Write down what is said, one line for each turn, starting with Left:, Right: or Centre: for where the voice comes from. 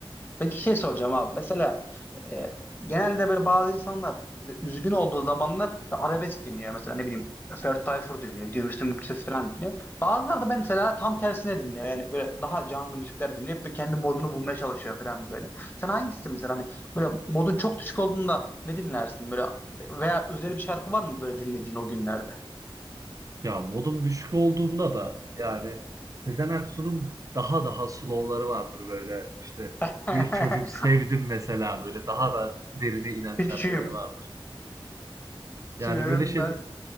Left: Peki şey soracağım abi. Mesela e, genelde böyle bazı insanlar mesela üzgün olduğu zamanlar arabesk dinliyor. Mesela ne bileyim Ferdi Tayfur dinliyor. Gidiyor Müslüm Gürses falan dinliyor. Bazıları da mesela tam tersine dinliyor. Yani böyle daha canlı müzikler dinleyip bir kendi modunu bulmaya çalışıyor falan böyle. Sen hangisisin mesela hani böyle modun çok düşük olduğunda ne dinlersin? Böyle veya özel bir şarkı var mı böyle dinlediğin o günlerde?
Right: Ya modum düşük olduğunda da yani Sezen Aksu'nun daha daha slow'ları vardır böyle işte
Left: <laughs>
Right: bir çocuk sevdim mesela böyle daha da derine inen
Left: Küçüğüm
Right: şarkıları vardır. Yani
Left: tüm
Right: böyle şey